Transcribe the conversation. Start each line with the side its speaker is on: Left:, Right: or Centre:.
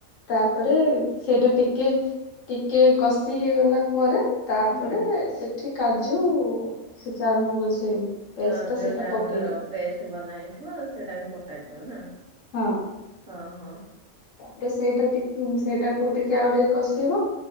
Left: ତାପରେ ସେଇଟା ଟିକେ ଟିକେ କଷି ହେଇଗଲା ପରେ ତା
Right: ହୁଁ
Left: ତାପରେ ସେଠି କାଜୁ ସେ ଚାରମଗ ସେଇ ପେଷ୍ଟ
Right: ହ
Left: ଟା
Right: ଯୋଉଟା
Left: ସେଇଟା
Right: ଆମର
Left: ପକେଇବେ
Right: ପେଷ୍ଟ ବନ ହେଇଥିବ ସେଟାକୁ ପକାଯିବ ନା
Left: ହଁ
Right: ଓହୋ
Left: ତାପରେ ସେଇଟା ଟ ସେଇଟାକୁ ଟିକେ ଆଉ ଟିକେ କଷିବ